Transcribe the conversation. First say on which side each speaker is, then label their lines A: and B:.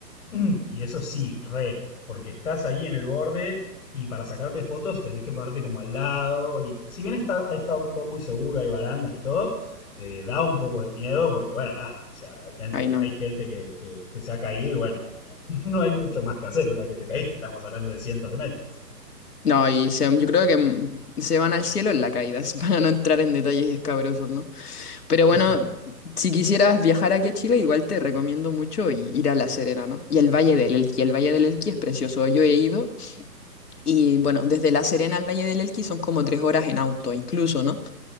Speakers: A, on the left (about 45°); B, on the left (about 65°).
A: Mm, Y eso sí, re, porque estás ahí en el borde y para sacarte fotos tenés que ponerte como al lado. Y si bien está, ahí está todo muy seguro, hay barandas y todo, eh, da un poco de miedo porque, bueno, nada, o sea, realmente
B: Ay, no.
A: hay gente que, que- que se ha caído y, bueno, nada, no, <laughs> no hay mucho más que hacer. Una vez que te caíste, estamos hablando de cientos de metros.
B: No, y se- yo creo que mm, se van al cielo en la caída, <laughs> para no entrar en detalles escabrosos, ¿no? Pero
A: <laughs>
B: bueno, si quisieras viajar aquí a Chile, igual te recomiendo mucho y- ir a La Serena, ¿no? Y al Valle del Elqui. El Valle del Elqui es precioso. Yo he ido y bueno, desde La Serena al Valle del Elqui son como tres horas en auto, incluso, ¿no?